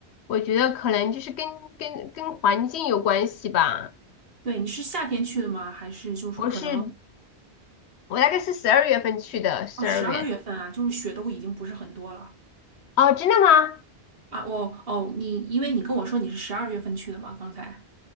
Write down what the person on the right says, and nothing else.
对，你是夏天去的吗？还是就是说可能？
哦，十二月份啊，就是雪都已经不是很多了
啊。哦哦，你因为你跟我说你是十二月份去的嘛，刚才。